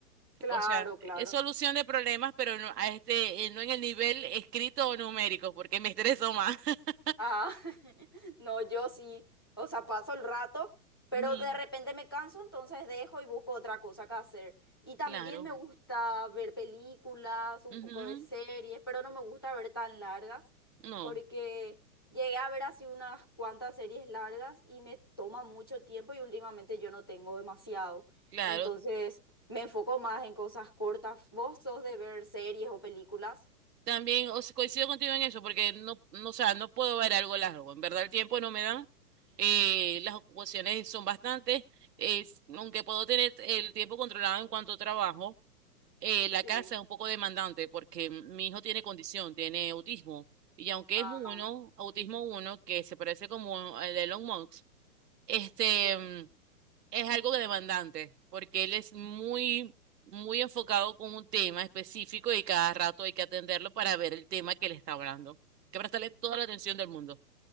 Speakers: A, on the left (about 15°); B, on the right (about 80°).
A: Claro,
B: O sea,
A: claro.
B: es solución de problemas, pero no, a este, eh, no en el nivel escrito o numérico, porque me estreso más. <laughs>
A: Ah, <laughs> no, yo sí, o sea, paso el rato, pero
B: Ujú,
A: de repente me canso, entonces dejo y busco otra cosa que hacer. Y también
B: claro.
A: me gusta ver películas, un
B: Ujú,
A: poco de series, pero no me gusta ver tan largas,
B: No,
A: porque llegué a ver así unas cuantas series largas y me toma mucho tiempo y últimamente yo no tengo demasiado.
B: claro.
A: Entonces me enfoco más en cosas cortas. ¿Vos sos de ver series o películas?
B: También o sea, coincido contigo en eso, porque no, no, o sea, no puedo ver algo largo. En verdad, el tiempo no me dan. eh, las ocupaciones son bastantes. es- aunque puedo tener el tiempo controlado en cuanto trabajo, eh, la
A: Sí.
B: casa es un poco demandante porque mi hijo tiene condición, tiene autismo. Y aunque
A: Ah,
B: es uno, autismo uno, que se parece como al de Elon Musk, este,
A: sí.
B: mm, es algo que demandante porque él es muy, muy enfocado con un tema específico y cada rato hay que atenderlo para ver el tema que le está hablando. Que prestarle toda la atención del mundo.